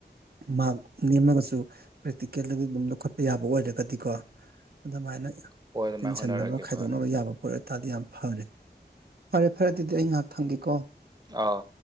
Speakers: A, on the right; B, on the right.
A: ꯃꯥꯔꯛ ꯅꯦꯝꯃꯒꯁꯨ ꯄ꯭ꯔꯦꯛꯇꯤꯀꯦꯜꯒ ꯑꯗꯨꯝ ꯂꯧꯈꯠꯄ ꯌꯥꯕ ꯑꯣꯏꯔꯒꯗꯤꯀꯣ ꯑꯗꯨꯃꯥꯏꯅ
B: ꯍꯣꯏ ꯑꯗꯨꯃꯥꯏꯅ
A: ꯇꯤꯟꯁꯤꯟꯅꯕ
B: ꯍꯣꯠꯅꯔꯛꯑꯒꯦ
A: ꯈꯥꯏꯗꯣꯛꯅꯕ
B: ꯐꯔꯦ
A: ꯌꯥꯕ ꯄꯣꯠ ꯇꯥꯗꯤ ꯌꯥꯝ ꯐꯔꯦ ꯐꯔꯦ ꯐꯔꯦ ꯑꯗꯨꯗꯤ ꯑꯩ ꯉꯥꯏꯍꯥꯛ ꯊꯪꯒꯦꯀꯣ
B: ꯑꯥꯎ